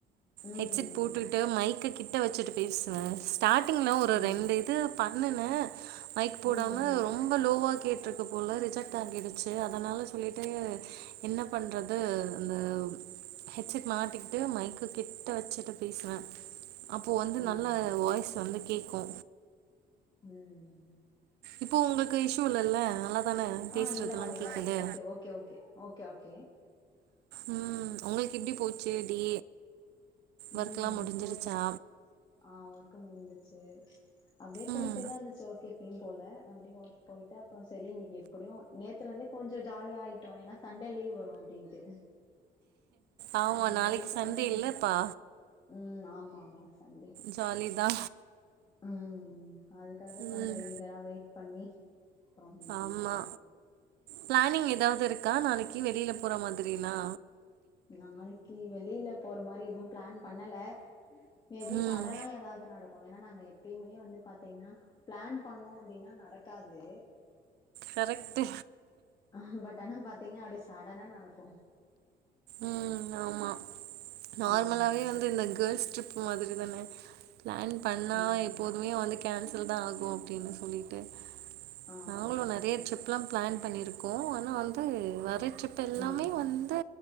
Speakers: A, on the left (about 25°); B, on the right (about 75°).
A: ம் ம் ம்
B: ஹெட்செட் போட்டுட்டு
A: ஓகே
B: மைக் கிட்ட வச்சுட்டு பேசுவே ஸ்டார்டிங்ல ஒரு
A: ம்
B: ரெண்டு இது பண்ணுனே மைக் போடாம
A: ம்
B: ரொம்ப லோவா கேட்ருக்கு போல ரிஜெக்ட் ஆகிடுச்சு அதனால சொல்லிட்டு என்ன பண்றது அந்த ஹெட்செட் மாட்டிகிட்டு மைக்கு கிட்ட வச்சுட்டு பேசுவே அப்போ வந்து
A: ம்
B: நல்ல
A: ம்
B: வாய்ஸ் வந்து கேக்கு
A: ம்
B: இப்போ உங்களுக்கு இஷ்யூ இல்லல்ல நல்ல தானே பேசுறதெல்லா
A: ஆ இல்ல மேம் இல்ல
B: கேக்குது
A: மேம் ஓகே ஓகே ஓகே ஓகே
B: ம் ஒங்களுக்கு எப்டி போச்சு டே ஒர்க்ல்லா
A: ம்
B: முடிஞ்சிருச்சா
A: போச்சு ஆ ஒர்க் முடிஞ்சிருச்சு அப்டியே போயிட்டே
B: ம்
A: தா இருந்துச்சு ஒர்க் எப்பயு போல அப்டியே ஒர்க் போய்ட்டு அப்றோ சரி இன்னைக்கு எப்டியு நேத்துல இருந்தே கொஞ்சோ ஜாலி ஆயி ட்டோ ஏன்னா சண்டே லீவ் வரு அப்டின்ட்டு
B: ஆமா
A: அந்த
B: நாளைக்கு
A: லீவுக்காக
B: சண்டே
A: கொஞ்சோ
B: இல்லப்பா
A: ம் ஆமா ஆமா சண்டே
B: ஜாலிதா
A: ம் அதுக்காக
B: ம்
A: கொஞ்சோ ஈகரா வெயிட் பண்ணி அப்றோ இன்னைக்கு
B: ஆமா
A: ஓகே
B: பிளானிங் ஏதாவது இருக்கா நாளைக்கு வெளியில போற மாதிரிலா
A: நாளைக்கு வெளியில போற மாரி எதுவு பிளான் பண்ணல மே பி
B: ம்
A: சடனா ஏதாவது நடக் <unintelligible> நாங்க எப்பயுமே வந்து பாத்தீங்ன்னா பிளான் பண்ணோ அப்டின்னா நடக்காது
B: கரெக்ட்டு
A: ஆஹா பட் ஆனா பாத்தீங்னா அப்டியே சடனா நடக்கு
B: உம் ஆமா நார்மலாவே
A: ம்
B: வந்து இந்த கேர்ள்ஸ் ட்ரிப் மாதிரி தானே பிளான் பண்ணாவா
A: ம்
B: எப்போதுமே வந்து கேன்சல்தா ஆகூ அப்டின்னு சொல்லிட்டு
A: ஆமா
B: நாங்களு
A: ஆமா
B: நெறைய
A: ஆமா
B: ட்ரிப் லா பிளான் பண்ணிருக்கோ ஆனா வந்து வர ட்ரிப் எல்லாமே
A: ம்
B: வந்து